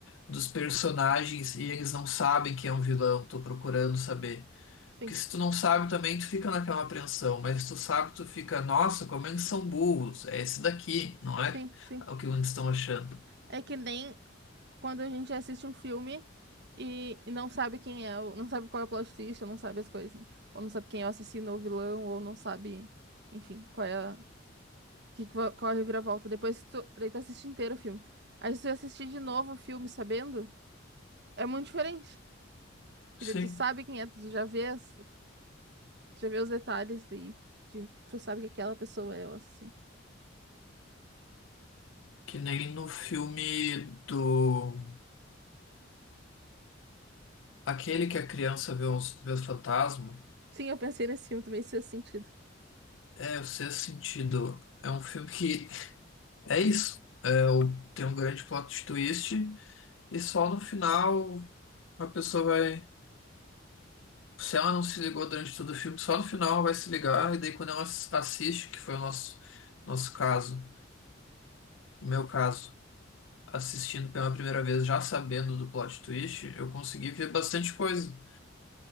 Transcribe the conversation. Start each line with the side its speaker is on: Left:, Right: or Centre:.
Left: dos personagens e eles não sabem quem é um vilão, tô procurando saber.
Right: sim,
Left: Porque se tu não sabe também, tu fica naquela apreensão, mas se tu sabe, tu fica, nossa, como eles são burros, é esse daqui, não
Right: sim,
Left: é
Right: sim.
Left: É o que eles estão achando.
Right: É que nem quando a gente assiste um filme e, e não sabe quem é, o- não sabe qual é o plot twist, ou não sabe as coisas, né? Ou não sabe quem é o assassino ou o vilão, ou não sabe, enfim, qual é a, que, qual qual é a reviravolta. Depois que tu, daí tu assiste inteiro o filme. Aí se tu assistir de novo o filme sabendo, é muito diferente. Porque
Left: Sim,
Right: daí tu sabe quem é, tu já vês Já vê os detalhes aí, de que tu sabe que aquela pessoa é o assassino.
Left: que nem no filme do Aquele que a criança vê os, vê os fantasmas
Right: Sim, eu pensei nesse filme também, isso fez sentido.
Left: é o Sexto Sentido. É um filme que é isso. É, o- tem um grande plot twist e só no final a pessoa vai. Se ela não se ligou durante todo o filme, só no final ela vai se ligar e daí quando ela ass- assiste, que foi o nosso, nosso caso, o meu caso, assistindo pela primeira vez, já sabendo do plot twist, eu consegui ver bastante coisa.